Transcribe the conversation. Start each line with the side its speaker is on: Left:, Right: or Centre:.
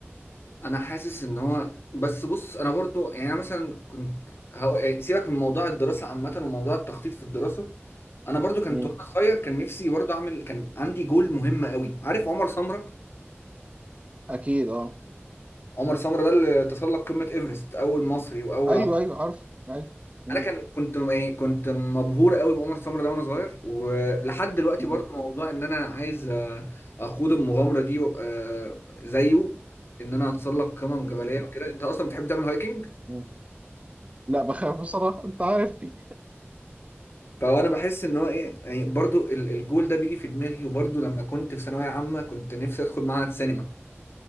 Left: انا حاسس ان هو بس بص انا برضو يعني انا مثلا كنت هو... سيبك من موضوع الدراسة عامة وموضوع التخطيط في الدراسة انا برضو كنت
Right: مم.
Left: وانا صغير كان نفسي برضو اعمل كان عندي جول مهم قوي عارف عمر سمره
Right: أكيد أه
Left: عمر سمره ده اللي تسلق قمه ايفرست اول مصري واول
Right: أيوه
Left: عربي
Right: أيوه عارف أيوه مم.
Left: انا كان كنت م- يعني كنت مبهور قوي بعمر سمره ده وانا صغير ولحد دلوقتي
Right: مم.
Left: برضو موضوع ان انا عايز آه، اخوض المغامره دي وابقى زيه ان انا اتسلق قمم جبليه
Right: مم.
Left: وكده انت اصلا بتحب تعمل هايكنج
Right: مم. لا بخاف بصراحة أنت عارفني
Left: فانا بحس ان هو ايه يعني برضو ال- الجول ده بيجي في دماغي وبرضو لما كنت في ثانويه عامه كنت نفسي ادخل معهد سينما